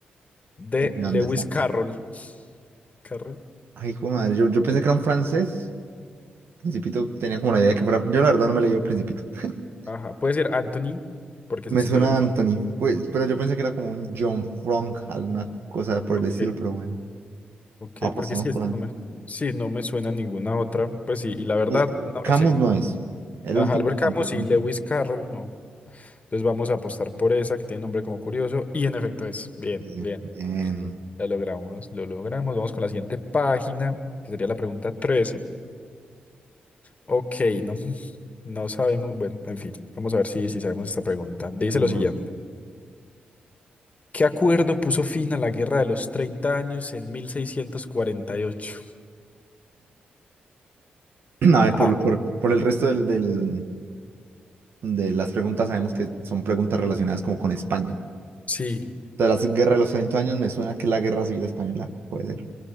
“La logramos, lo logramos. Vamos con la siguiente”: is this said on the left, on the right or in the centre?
Left